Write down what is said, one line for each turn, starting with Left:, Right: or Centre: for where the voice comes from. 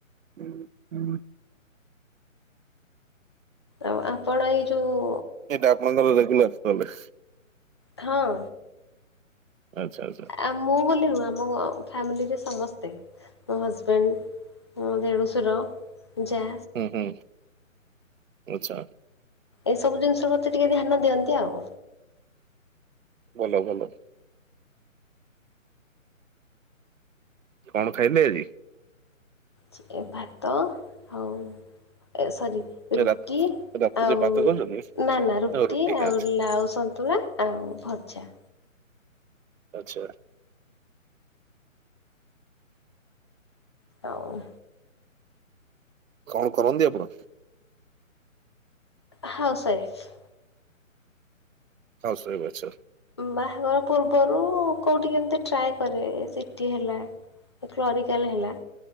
Right: ହୁଁ ହୁଁ
Left: ଆଉ ଆପଣ ଏଇ ଯୋଉ
Right: ଏଇଟା ଆପଣଙ୍କ ରେଗୁାଲାର ପ୍ରୋ
Left: ହଁ
Right: ଆଛା ଆଛା
Left: ଆଉ ମୁଁ ବୋଲି ନୁହଁ ଆମ ଫ୍ୟାମିଲିରେ ସମସ୍ତେ। ମୋ ହଜବେଣ୍ଡ, ମୋ ଦେଢ଼ୁଶୁର, ଜାଆ
Right: ହୁଁ ହୁଁ ଆଛା
Left: ଏସବୁ ଜିନିଷ ପ୍ରତି ଟିକେ ଧ୍ୟାନ ଦିଅନ୍ତି ଆଉ।
Right: ଭଲ ଭଲ। କଣ ଖାଇଲେ ଆଜି?
Left: ଚି ଭାତ ଆଉ ଏ ସରି।
Right: ରା
Left: ରୁଟି
Right: ରାତିରେ
Left: ଆଉ
Right: ଭାତ ଖାଉଛନ୍ତି?
Left: ନା ନା ରୁଟି
Right: ଆଉ
Left: ଆଉ
Right: ଆଚ୍ଛା
Left: ଲାଉ ସନ୍ତୁଳା ଆଉ ଭଜା।
Right: ଆଚ୍ଛା
Left: ଆଉ
Right: କଣ କରନ୍ତି ଆପଣ?
Left: House wife.
Right: ହଉସ ୱାଇଫ ଅଛ?
Left: ବାହାଘର ପୂର୍ବରୁ କୋଉଠି କେମିତି ଟ୍ରାଏ କରେ, ସିଟି ହେଲା। କ୍ଲରିକାଲ ହେଲା।